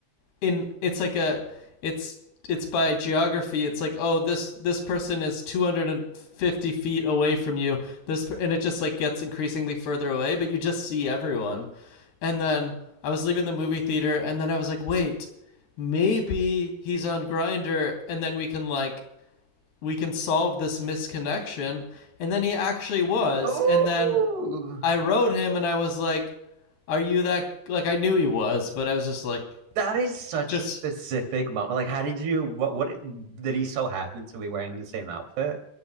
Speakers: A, on the left; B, on the right.
A: in it's like a it's it's by geography it's like oh this this person is 250 feet away from you this and it just like gets increasingly further away but you just see everyone and then i was leaving the movie theater and then i was like wait maybe he's on grinder and then we can like we can solve this misconnection and then he actually was
B: Oh,
A: and then i wrote him and i was like are you that like i knew he was but i was just like
B: that is such
A: just
B: a specific moment. Like, how did you what what did he so happen to be wearing the same outfit